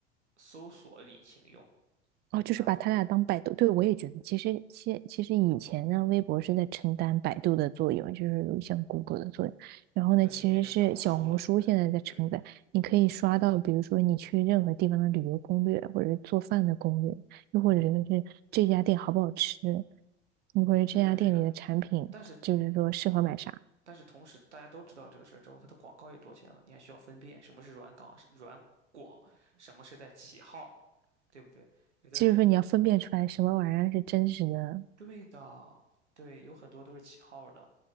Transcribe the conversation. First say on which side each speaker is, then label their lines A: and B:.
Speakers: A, on the right; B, on the right.
A: 搜索引擎用，
B: 哦，就是把他俩当百度，
A: 而不会，
B: 对，我也觉得，其实现其实以前呢，微博是在承担百度的作用，就是像 Google 的作用。然后呢，
A: 但是变成小红书了现在。
B: 其实是小红书现在在承载，
A: 对，
B: 你可以刷到，比如说你去任何地方的旅游攻略，或者是做饭的攻略，又或者是这家店好不好吃，又或者这家店里的产品，
A: 对的，对的。但是
B: 就是说适合买啥，
A: 但是同时大家都知道这个事儿之后，它的广告也多起来了，你还需要分辨什么是软港、软广，什么是在起号，对不对？有的人
B: 就是说你要分辨出来什么玩意儿是真实的。
A: 对的，对，有很多都是起号的，